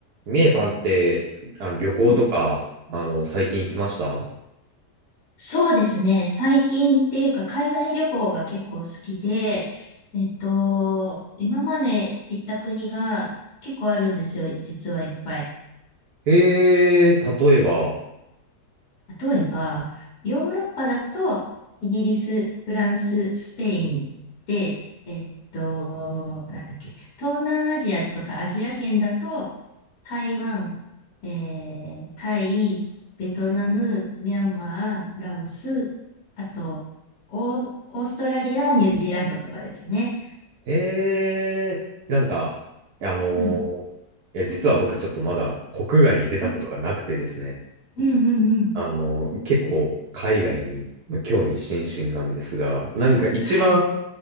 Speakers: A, on the right; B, on the left.
A: みえさんって、あの、旅行とか、
B: うん
A: あの、最近行きました
B: そうですね。最近っていうか、海外旅行が結構好きで、えっと、今まで行った国が結構あるんですよ、実はいっぱい。
A: えー、例えば、
B: 例えば、ヨーロッパだと、イギリス、フランス、スペインで、えっと、なんだっけ、東南アジアとかアジア圏だと、台湾、えータイ、ベトナム、ミャンマー、ラオス、あと、オー、オーストラリア、ニュージーランドとかですね。
A: えー、なんか、あの
B: うん。
A: ーいや、実は僕ちょっとまだ国外に出たことがなくてですね、
B: うんうんうんうん。
A: あのー結構海外にまあ興味津々なんですが、なんか一番
B: はい。